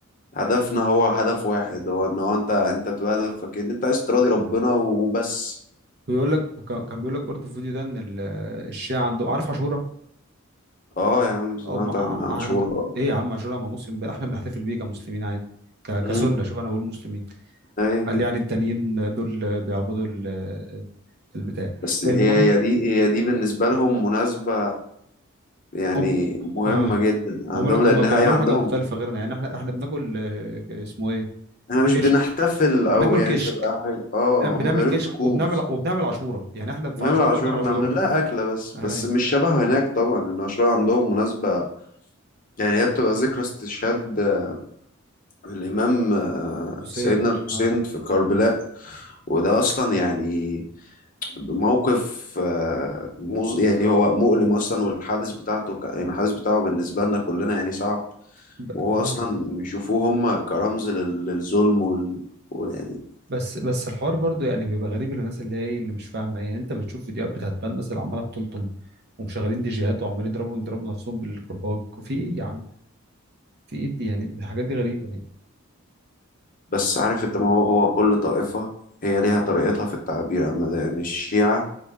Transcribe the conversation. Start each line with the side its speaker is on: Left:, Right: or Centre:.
Left: هدفنا هو هدف واحد هو ان هو انت انت بتبقى هدفك ان انت عايز تراضي ربنا وبس
Right: ويقول لك وكان- كان بيقول لك برضه في الفيديو ده ان ال- الشيعه عندهم عارف عاشوراء
Left: اه يا عم سمعت
Right: او مع-
Left: عن عن شغل
Right: عند ايه يا عم عاشوراء ما مسلم بقى، احنا بنحتفل بيه كمسلمين عادي ك- كسنه
Left: امم
Right: شوف انا بقول مسلمين
Left: ايوه
Right: قال يعني التانيين دول بيعبدوا ال- البتاع
Left: بس هي
Right: المهم
Left: هي دي هي دي بالنسبه لهم مناسبه يعني
Right: أم
Left: مهمه
Right: اه
Left: جدا عندهم
Right: هم لك
Left: لان
Right: هم بيعملوا
Left: هي عندهم
Right: حاجه مختلفه غيرنا يعني احنا احنا بناكل آه، اسمه ايه
Left: احنا مش
Right: كش
Left: بنحتفل او
Right: بناكل
Left: يعني
Right: كش
Left: بتبقى حاجة- اه
Right: بنعم-
Left: هم
Right: بنعمل
Left: بيبقى
Right: كشك
Left: لهم طقوس
Right: وبنعمل وبنعمل عاشورة يعني احنا في
Left: نمر
Right: عاشورة
Left: عاشور
Right: بنعمل
Left: احنا
Right: عاشورة
Left: عاملين لها أكلة بس
Right: هاي
Left: بس مش شبهه هناك طبعا إن عاشور عندهم مناسبة يعني هي بتبقى ذكرى استشهاد آه، الإمام آه،
Right: حسين
Left: سيدنا الحسين
Right: اه
Left: في كربلاء وده أصلا يعني موقف آه، مز... يعني هو مؤلم أصلا والحادث بتاعته ك- يعني الحادث بتاعه بالنسبة لنا كلنا يعني صعب
Right: ب...
Left: وهو
Right: اه
Left: أصلا بيشوفوه هم كرمز لل- للظلم وال... وال... يعني
Right: بس بس الحوار برضو يعني بيبقى غريب للناس اللي هي إيه، اللي مش فاهمة يعني انت بتشوف فيديوهات بتاعت بقى الناس اللي عمالة بتلطم ومشغلين دي جيهات وعمالين يضربوا يضربوا نفسهم بالكرباج وفي ايه يا عم في ايه دي يعني الحاجات دي غريبة يعني
Left: بس عارف أنت ما هو هو كل طائفة هي ليها طريقتها في التعبير عن يعني الشيعة